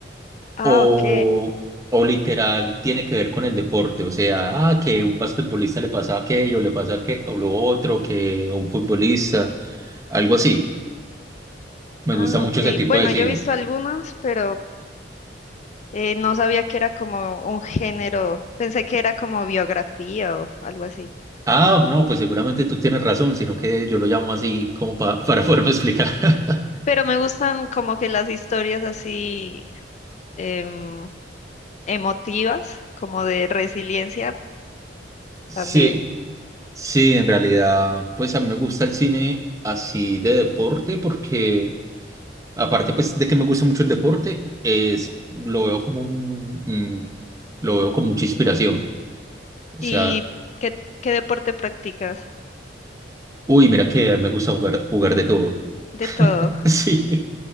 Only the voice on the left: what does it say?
Ah,
ok.
Ah,
ok.
Bueno,
yo he visto algunos, pero eh, no sabía que era como un género. Pensé que era como biografía o algo así.
Pero me gustan como que las historias así em, emotivas, como de resiliencia
también.
¿Y
qué, qué deporte practicas?
De todo.